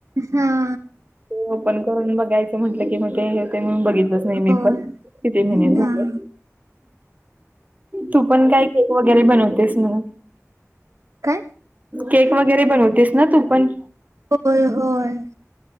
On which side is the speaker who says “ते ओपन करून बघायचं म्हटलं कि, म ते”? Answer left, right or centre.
Right